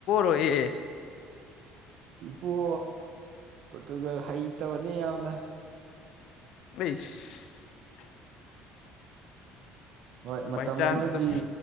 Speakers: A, on the left; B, on the right.
A: ꯑꯣꯏꯌꯦ
B: ꯑꯣ ꯄꯣꯔꯇꯨꯒꯜ ꯍꯩꯇꯕꯅꯦ ꯌꯥꯝꯅ
A: ꯑꯁ
B: ꯍꯣꯏ
A: ꯕꯥꯏ
B: ꯃꯇꯝ
A: ꯆꯥꯟꯁꯇꯣ
B: ꯑꯃꯒꯤ